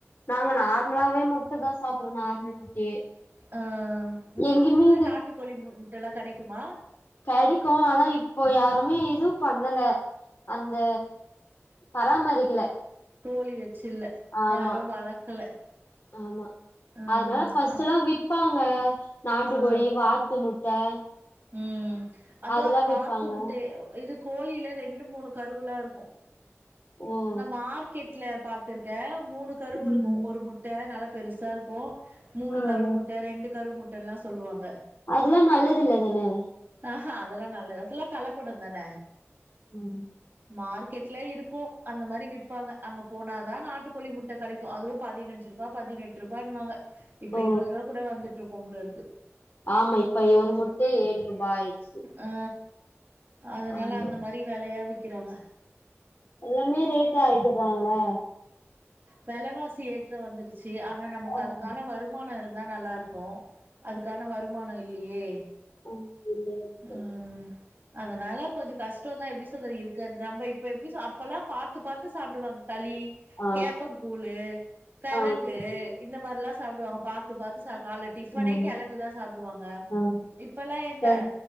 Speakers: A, on the left (about 60°); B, on the right (about 45°).
A: நாங்க நார்மலாவே முட்ட தா சாப்புறோ நார்மல் முட்டயே
B: அ உங்க
A: எங்கயுமே
B: ஊர்ல
A: இங்க
B: நாட்டுக்கோழி முட்டல்லா கெடைக்குமா
A: கடிக்கோ ஆனா இப்போ யாருமே இதுவு பண்ணல அந்த பராமரிக்கல
B: கோழி வச்சில்ல
A: ஆமா
B: யாரோ வளக்கல
A: ஆமா
B: ஆ
A: அதனால ஃபர்ஸ்ட்
B: அப்
A: எல்லா விப்பாங்க நாட்டுக்கோழி
B: ஆ
A: வா த்து முட்ட
B: ம் அதுவு
A: அதெல்லா
B: அந்த வாத்து
A: விப்பாங்க
B: முட்டய இது கோழியில ரெண்டு மூணு கருவுலா இருக்கோ
A: ஓ
B: நா மார்க்கெட்ல பாத்துருக்க மூணு கருவு
A: ஓ ம்
B: இருக்கோ ஒரு முட்ட நல்லா பெருசா இருக்கோ மூணு
A: ஆ
B: கரு
A: ஆ
B: முட்ட ரெண்டு கரு முட்டன்ல்லா சொல்லுவாங்க
A: அதுல்லா நல்லது இல்ல தான
B: ஆஹா அதெல்லா நல்லது அதெல்லா கலப்படோ தான
A: ம்
B: மார்க்கெட்லே இருக்கோ அந்த மாரரி விப்பாங்க அங்க போனாதான் நாட்டுக்கோழி முட்டை கிடைக்கும் அதுவும் பதினஞ்சு ரூபா பதினெட்டு ரூபாயனுவாங்க இப்ப
A: ஓ
B: இருபது ரூபா கூட வந்துட்டு இருக்கும் போல இருக்கு
A: ஆமா இப்ப ஒரு முட்டை ஏழு ரூபாய் ஆயிடுச்சு
B: ஆ அதனால
A: ஆமா
B: அந்த மாதிரி வேலையா விக்கறாங்க
A: எல்லாமே ரேட்டா ஆக்கிடுறாங்களா
B: விலைவாசி ஏற்ற வந்துடுச்சு ஆனா நமக்கு
A: ஆமா
B: அதுக்கான வருமானம் இருந்தா நல்லா இருக்கும் அதுக்கான வருமானம் இல்லையே
A: ம் இல்ல சண்ட
B: ம். அதனால கொஞ்சம் கஷ்டம் தான் எப்டி சொல்றது இருக்க நம்ம இப்ப எப்டி அப்பெல்லாம் பார்த்து பார்த்து சாப்பிடுவாங்க கலி
A: ஆமா
B: கேப்பன் கூூழ் கிழங்கு
A: ஆமா தோழி
B: இந்த மாரிலாம் சாப்டுவாங்க பாத்து பாத்து கால்ல டிஃபனே
A: ஆமா
B: கிழங்குதான் சாப்டுவாங்க
A: ஆமா
B: இப்பல்லாம் எங்க
A: ச